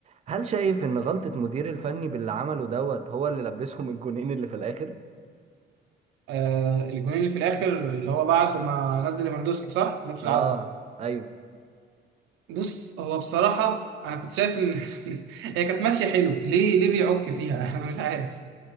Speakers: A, on the right; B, on the right.
A: هل شايف ان غلطه مدير الفني باللي عمله دوت هو اللي لبسهم <laughs> الجونين اللي في الاخر
B: آه الجونين اللي في الاخر اللي هو بعد ما نزل ليفاندوسكي صح في نص العوده
A: اه ايوه
B: بص هو بصراحه انا كنت شايف ان <laughs> هي كانت ماشيه حلو ليه ليه بيعك فيها <laughs> انا مش عارف